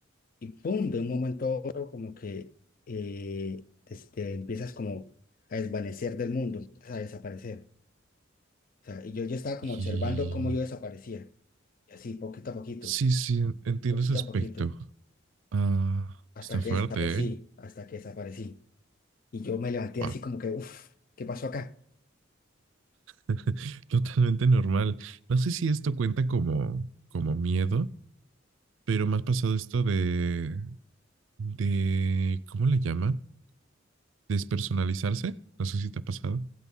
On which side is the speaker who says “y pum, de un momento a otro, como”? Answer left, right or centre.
Left